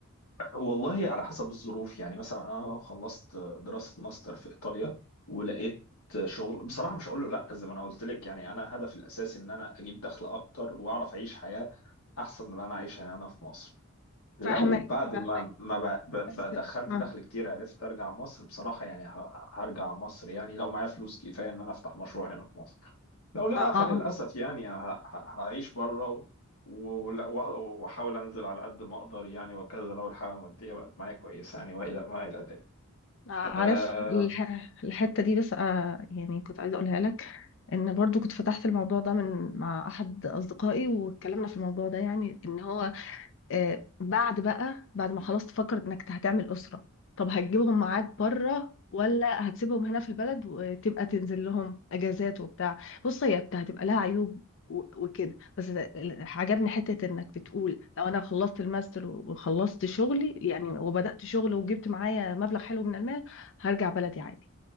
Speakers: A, on the left; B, on the left.
A: والله على حسب الظروف يعني مثلا أنا لو خلصت دراسة ماستر في إيطاليا ولقيت شغل بصراحة مش هقول له لأ زي ما أنا قلت لك يعني أنا هدفي الأساسي إن أنا أجيب دخل أكتر وأعرف أعيش حياة أحسن من اللي أنا عايشها هنا في مصر لو
B: فاهمة
A: بعد
B: فاهمك فاهمة
A: ما ما ب- ب-
B: بس
A: ب- دخلت
B: اه
A: دخل كتير عرفت ارجع مصر بصراحة يعني ه- هرجع مصر يعني لو معايا فلوس كفاية ان انا افتح مشروع هنا في مصر لو لا
B: اه
A: فللأسف
B: اه
A: يعني ه- ه- هعيش بره و- و- و- وأحاول أنزل على قد ما أقدر يعني وكذا لو الحالة المادية بقت معايا كويسة يعني وإلى ما إلى ذلك.
B: آه. عارف
A: آه
B: الح... الحتة دي بس آه يعني كنت عايزة اقولها لك ان برضو كنت فتحت الموضوع ده من مع احد اصدقائي واتكلمنا في الموضوع ده يعني ان هو آه، بعد بقى بعد ما خلاص تفكر انك هتعمل اسره طب هتجيبهم معاك بره ولا هتسيبهم هنا في البلد وتبقى تنزل لهم اجازات وبتاع بص هي بت- هتبقى لها عيوب و- وكده بس عجبني حته انك بتقول لو انا خلصت الماستر وخلصت شغلي يعني وبدات شغل وجبت معايا مبلغ حلو من المال هرجع بلدي عادي